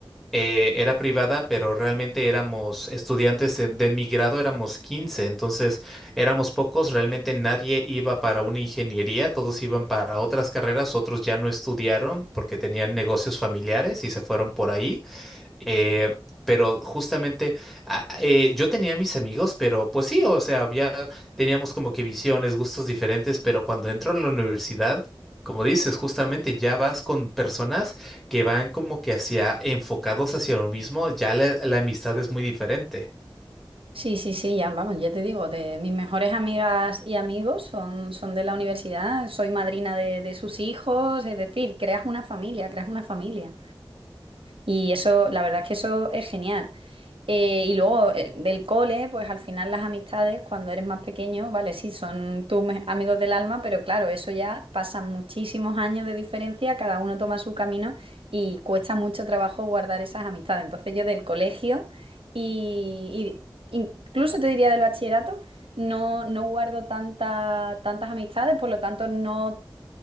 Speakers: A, in the centre; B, on the right.
A: eh, era privada, pero realmente éramos estudiantes de, de mi grado, éramos 15, entonces éramos pocos, realmente nadie iba para una ingeniería, todos iban para otras carreras, otros ya no estudiaron porque tenían negocios familiares y se fueron por ahí. Eh, pero justamente a- eh, yo tenía mis amigos, pero pues sí, o sea, había, teníamos como que visiones, gustos diferentes, pero cuando entro a la universidad, como dices, justamente ya vas con personas que van como que hacia enfocados hacia lo mismo, ya la la amistad es muy diferente.
B: Sí, sí, sí, ya vamos, ya te digo, de mis mejores amigas y amigos son, son de la universidad, soy madrina de, de sus hijos, es decir, creas una familia, creas una familia. Y eso, la verdad es que eso es genial. Eh, y luego eh, del cole, pues al final las amistades, cuando eres más pequeño, vale, sí, son tus me- amigos del alma, pero claro, eso ya pasan muchísimos años de diferencia, cada uno toma su camino y cuesta mucho trabajo guardar esas amistades. Entonces yo del colegio y, y incluso te diría del bachillerato, no, no guardo tanta, tantas amistades, por lo tanto no